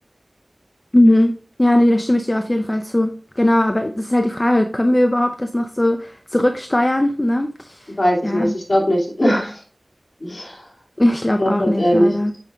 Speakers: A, on the left; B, on the left.
A: Mhm. Ja, nee, da stimme ich dir auf jeden Fall zu. Genau, aber das ist halt die Frage, können wir überhaupt das noch so zurücksteuern, ne?
B: Weiß ich
A: Ja,
B: nicht. Ich glaube nicht. <laughs>
A: <laughs> ich
B: Ich
A: glaube
B: glaube
A: auch
B: Gott,
A: nicht,
B: äh,
A: leider.
B: nicht.